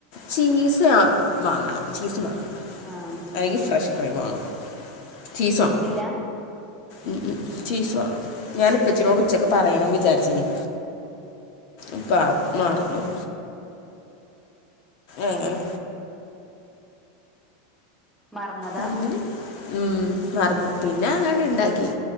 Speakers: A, on the left; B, in the centre.
A: ചീസ് വേണം വാങ്ങണം ചീസും വാങ്ങണം
B: ആഹ്
A: അല്ലെങ്കി ഫ്രഷ് ക്രീം വാങ്ങണം ചീസ്
B: ചീസില്ല
A: വേണം ഉം ഉം ചീസ് വേണം ഞാനിപ്പച്ചിനോട്
B: ഉം
A: ഉച്ചക്ക് പറയണംന്ന് വിചാരിച്ചീന് അപ്പം മറന്നു അങ്ങനെ
B: മറന്നതാ
A: അങ്ങനെ ഉം മറന്നു പിന്നെ അങ്ങനെ ആണ്ട് ഇണ്ടാക്കി